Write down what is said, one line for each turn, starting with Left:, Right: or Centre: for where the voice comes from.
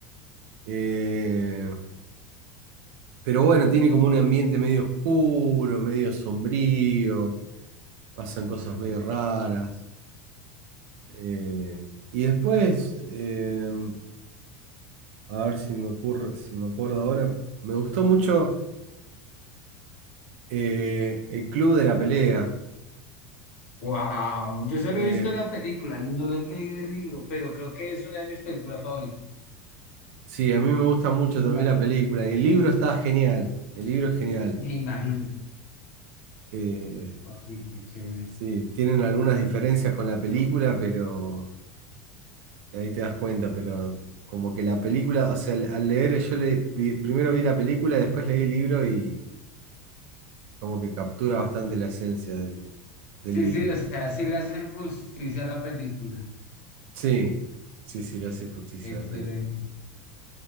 Right: Eh, pero bueno, tiene como un ambiente medio oscuro, medio sombrío, pasan cosas medio raras. Eh, y después, eh, a ver si me ocurre, si me acuerdo ahora, me gustó mucho eh, El Club de la Pelea.
Left: Wow, yo solo
Right: Eh,
Left: he visto la película, no he leído el libro, pero creo que es una de mis películas favoritas.
Right: sí, a mí me gusta mucho
Left: Me
Right: también
Left: imagino.
Right: la película y el libro está genial, el libro es genial.
Left: Me imagino.
Right: Eh,
Left: Oye, qué chévere.
Right: sí, tienen algunas diferencias con la película, pero... ahí te das cuenta, pero como que la película, o sea, al al leer yo le vi- primero vi la película, después leí el libro y como que captura bastante la esencia del,
Left: Sí,
Right: del libro.
Left: sí, o sea, sí le hace justicia a la película.
Right: Sí, sí, sí, le hace justicia
Left: Excelente.
Right: a la peli.